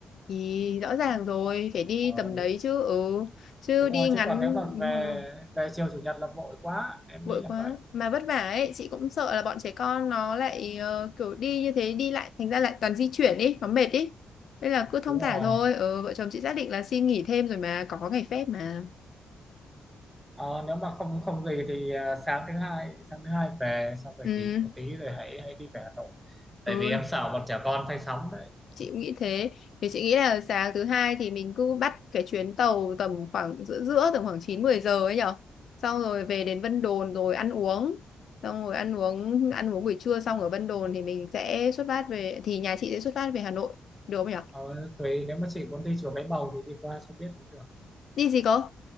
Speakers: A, on the left; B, in the centre.
A: thì rõ ràng rồi phải đi
B: ờ,
A: tầm đấy chứ ừ chứ
B: đúng
A: đi
B: rồi
A: ngắn
B: chứ còn nếu mà
A: đúng
B: về
A: rồi,
B: về chiều chủ nhật là vội quá em
A: vội
B: nghĩ là
A: quá
B: vậy
A: mà vất vả ấy chị cũng sợ là bọn trẻ con nó lại ờ, kiểu đi như thế đi lại thành ra lại toàn di chuyển ý nó mệt ý nên là cứ thong
B: đúng
A: thả
B: rồi
A: thôi ừ, vợ chồng chị xác định là xin nghỉ thêm rồi mà có ngày phép mà
B: ờ, nếu mà không không gì thì à, sáng thứ hai sáng thứ hai về xong rồi
A: ừ
B: nghỉ một tí rồi hãy hãy đi về Hà Nội tại
A: ừ
B: vì em sợ bọn trẻ con say sóng đấy
A: chị cũng nghĩ thế thì chị nghĩ là sáng thứ hai thì mình cứ bắt cái chuyến tàu tầm khoảng giữa giữa tầm khoảng 9 10 giờ ấy nhở xong rồi về đến Vân Đồn rồi ăn uống xong rồi ăn uống ăn uống buổi trưa xong ở Vân Đồn thì mình sẽ xuất phát về thì nhà chị sẽ xuất phát về Hà Nội được không nhở
B: Ờ, tùy nếu mà chị muốn đi chùa Cái Bầu thì đi qua cho biết cũng được
A: đi gì cơ